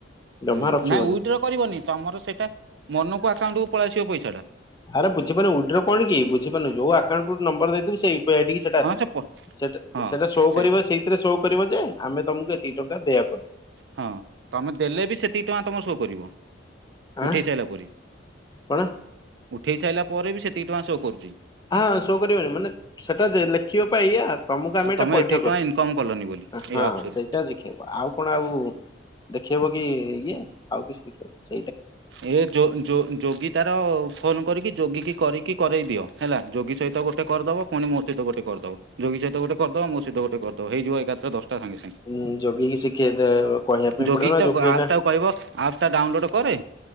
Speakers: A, on the left (about 20°); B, on the right (about 65°).
A: ଜମା
B: ହୁଁ
A: ରଖିବନି।
B: ନାଇଁ ଉଇଡ୍ରୋ କରିବନି ତୋମର ସେଟା ମନକୁ ଆକାଉଣ୍ଟ କୁ ପଳେଇସିବ ପଇସ
A: ଆରେ ବୁଝିପାରୁନୁ ଉଇଡ୍ରୋ କଣ କି ବୁଝିପାରୁନୁ ଯୋଉ ଆକଉଣ୍ଟ କୁ ନମ୍ବର୍ ଦେଇଥିବୁ ସେଇ ତ ଏଡିକି ସେଟା
B: ହଁ
A: ଆସିବ
B: ସେ ପ
A: ସେଟା
B: ହଁ
A: ସେଟା ସୋ
B: ସେ
A: କରିବ। ସେଇଥିରେ ସୋ କରିବ ଯେ ଆମେ ତୋମକୁ ଏତିିକି ଟଙ୍କା ଦେୟ କଲୁ।
B: ହଁ ତୋମେ ଦେଲେ ବି ସେତିକି ଟଙ୍କା ତୋମ ସୋ କରିବ।
A: ଆଁ
B: ଉଠେଇ ସାଇଲା ପରେ
A: କଣ
B: ଉଠେଇ ସାଇଲା ପରେ ବି ସେତିକି ଟଙ୍କା ସୋ କରୁଚି।
A: ହଁ ସୋ କରିବନି ମାନେ ସେଟା ଦେ ଲେଖିବ ପା ଏଇଆ। ତୋମକୁ ଆମେ ଏଇଟା
B: ତମେ
A: ପଇଠ
B: ଏତିକି
A: କରିଚୁ।
B: ଟଙ୍କା ଇନକମ୍ କଲନି ବୋଲି
A: ଏ ହଁ
B: ଏଇ ଆପ୍ସରୁ।
A: ସେଇଟା ଦେଖିବାକୁ। ଆଉ କଣ ଆଉ ଦେଖେଇବ କି ଇଏ ଆଉ କିଛି ଦେଖେଇବ ସି
B: ଏ ଯୋ ଯୋ ଯୋଗୀ ତାର ଫୋନ୍ କରିକି ଯୋଗୀ କି କରିକି କରେଇ ଦିଅ ହେଲା। ଯୋଗୀ ସହିତ ଗୋଟେ କରିଦବ। ପୁଣି ମୋ ସହିତ ଗୋଟେ କରିଦବ। ଯୋଗୀ ସହିତ ଗୋଟେ କରିଦ ତ ମୋ ସହିତ ଗୋଟେ କରିଦବ ହେଇଯିବ ଏକାଥରେ ଦଶ ତା ସାଙ୍ଗେ ସାଙ୍ଗେ
A: ଉଁ ଯୋଗିକି ଶିଖେଇ ଦେ କହିବା ପାଇଁ
B: ଯୋଗୀ
A: ପଡିବ
B: କି
A: ନା
B: ତ
A: ଯୋଗି
B: ଗ-ଆପସ୍
A: ଏଇନା
B: ଟାକୁ କହିବ ଆପସ୍ ଟା ଡାଉନଲୋଡ୍ କରେ।